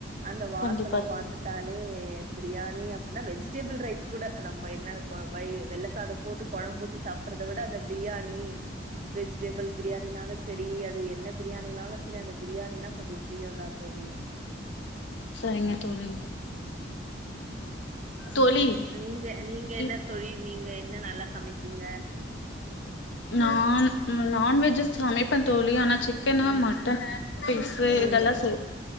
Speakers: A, on the right; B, on the left.
A: அந்த வாசனம்
B: கண்டிப்பா தோழி
A: பாத்துட்டாலே பிரியாணி. வெஜிடபிள் ரைஸ் கூட நம்ம என்ன கோ வை வெள்ள சாதம் போட்டு குழம்பூத்தி சாப்பறத விட அந்த பிரியாணி. வெஜிட்டேபல். பிரியாணினாலும் சேரி அது என்ன பிரியாணினாலும் சேரி அந்த பிரியாணினா கொஞ்சம் பிரியம் தான் தோழி.
B: சரிங்க தோழி. தோழி
A: நீங்க நீங்க என்ன
B: இப்
A: தோழி. நீங்க என்ன நல்லா சமைப்பீங்க.
B: நான் நான்வெஜ்யு சமைப்பன் தோழி ஆனா. சிக்கனு
A: ம்
B: மட்டனு பீப்வு
A: ம்
B: இதெல்லாம் செய்.